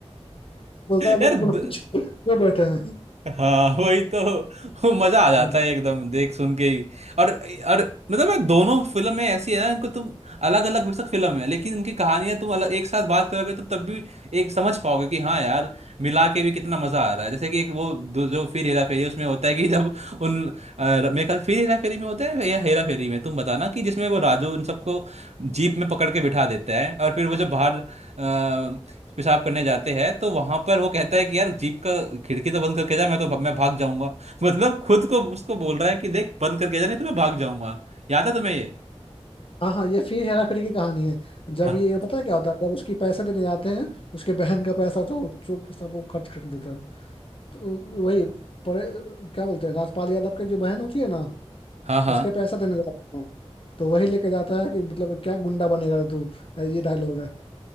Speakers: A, on the left (about 55°); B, on the right (about 80°).
A: बोलता है हम
B: यार
A: लोग क्यों
B: द-
A: क्यों बैठे हैं
B: हाँ वही तो वो मजा आ
A: हम्म,
B: जाता है एकदम देख सुन के ही और और मतलब यार दोनों फिल्में ऐसी है ना इनको तुम अलग अलग बेशक फिल्म है लेकिन उनकी कहानियां तुम अलग एक साथ बात करोगे तो तब भी एक समझ पाओगे कि हाँ यार मिला के भी कितना मजा आ रहा है जैसे कि एक वो दो- जो फिर हेरा फेरी है, उसमें होता है कि जब उन अ, मेरे ख्याल फिर हेरा फेरी में होता है या हेरा फेरी में तुम बताना कि जिसमें वो राजू उन सबको जीप में पकड़ के बिठा देता है और फिर वो जब बाहर अ, पेशाब करने जाते हैं तो वहां पर वो कहता है कि यार जीप का खिड़की तो बंद करके जा मैं तो मैं भाग जाऊंगा मतलब खुद को उसको बोल रहा है कि देख बंद करके जा नहीं तो मैं भाग जाऊंगा याद है तुम्हें ये
A: हाँ हाँ ये फिर हेरा फेरी की कहानी है जब
B: हाँ
A: ये पता है क्या होता है जब उसकी पैसे देने जाते हैं उसके बहन का पैसा तो चुप सब वो खर्च कर देता है तो वही परे क्या बोलते हैं राजपाल यादव की जो बहन होती है ना
B: हाँ हाँ
A: उसके पैसा देने जाते हैं तो वही लेके जाता है कि मतलब क्या गुंडा बनेगा तू ये डायलॉग है